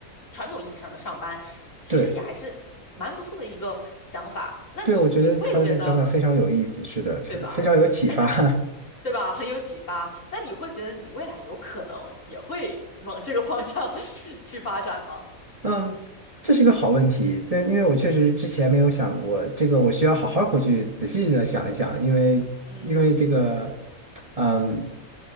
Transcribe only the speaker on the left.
传统意义上的上班，其实也还是蛮不错的一个想法。
那你你会觉得
对吧？
哎，那
对吧？很有启发。那你会觉得你未来有可能也会往这个方向 <laughs> 去发展吗？
嗯，